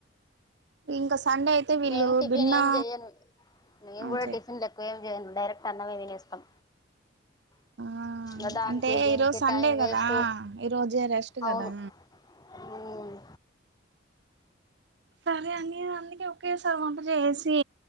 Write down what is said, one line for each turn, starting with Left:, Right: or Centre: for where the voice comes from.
Right: ఇంక సండే వీళ్ళు
Left: మేం టిఫిన్
Right: భిన్నా
Left: ఏం చెయను మేము
Right: ఆ
Left: కూడ
Right: చే
Left: టిఫిన్ <unintelligible> ఏమి చేయను డైరెక్ట్ అన్నమే తినేస్తాం
Right: ఆ
Left: <unintelligible> దానికి
Right: అంటే
Left: దీనికి
Right: ఈరోజు సండే
Left: టైం
Right: కదా
Left: వేస్ట్
Right: ఈరోజే రెస్ట్
Left: అవును
Right: కదా
Left: ఉమ్.
Right: సరే <unintelligible> అందుకే ఓకే సార్ వంట చేసి